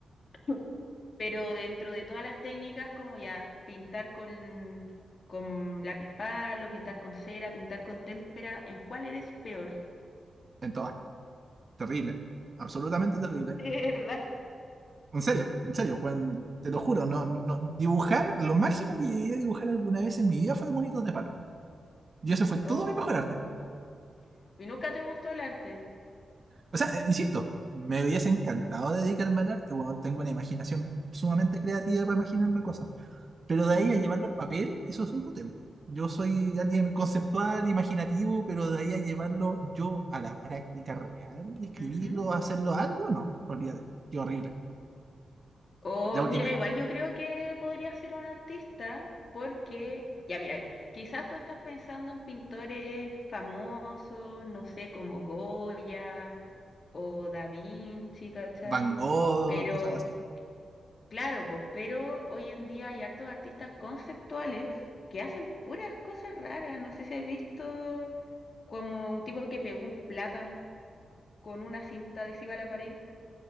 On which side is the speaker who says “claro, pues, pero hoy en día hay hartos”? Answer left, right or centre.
Left